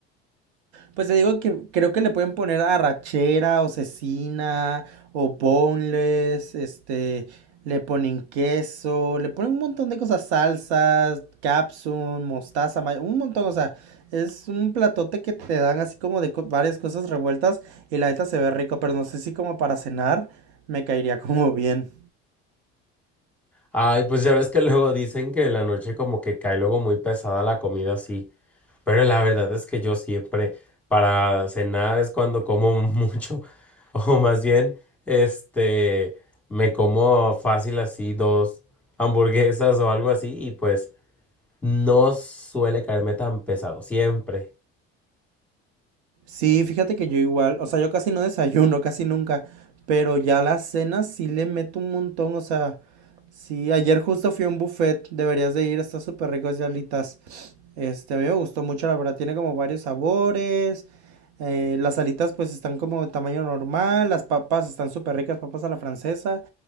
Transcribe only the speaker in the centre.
Ay, pues ya ves que luego dicen que en la noche como que cae luego muy pesada la comida así, pero la verdad es que yo siempre para cenar es cuando como mucho, <laughs> o más bien, este, me como fácil así dos hamburguesas o algo así y pues no suele caerme tan pesado, siempre.